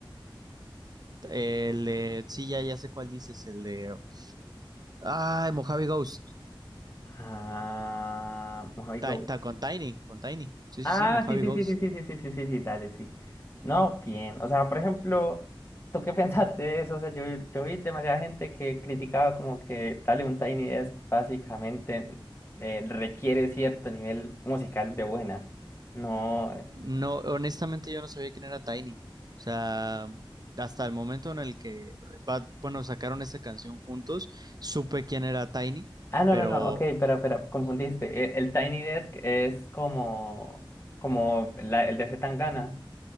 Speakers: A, on the right; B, on the left.
A: El de, sí, ya, ya sé cuál dices, el de, ah, Mojave Ghost.
B: Ah, Mojave
A: Ti-
B: Go.
A: ta- con Tiny, con Tiny. Sí,
B: Ah,
A: sí, sí, Mojave
B: sí, sí,
A: Ghost.
B: sí, sí, sí, sí, sí, sí, sí, sí, dale, sí. No, bien. O sea, por ejemplo, ¿tú qué <laughs> pensaste de eso? O sea, yo, yo vi demasiada gente que criticaba como que dale un Tiny Desk básicamente eh, requiere cierto nivel musical de buena. No. eh,
A: No, honestamente yo no sabía quién era Tiny. O sea, hasta el momento en el que, Bad- bueno, sacaron esa canción juntos, supe quién era Tiny,
B: Ah, no,
A: pero...
B: no, no, ok, espera, espera, confundiste. E- El, Tiny Desk es como, como la- el de C. Tangana.